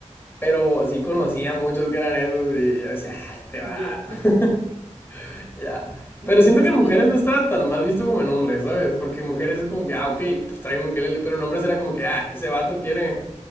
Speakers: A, on the left; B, on the right.
A: Pero sí conocía a muchos que eran esos y yo decía, ah, este vato.
B: Yo,
A: <laughs> ya.
B: no,
A: Pero siento
B: sí.
A: que en mujeres no estaba tan mal visto como en hombres, ¿sabes? Porque en mujeres es como que, ah, ok, pues trae un ukelele. Pero en hombres era como que, ah, ese vato quiere,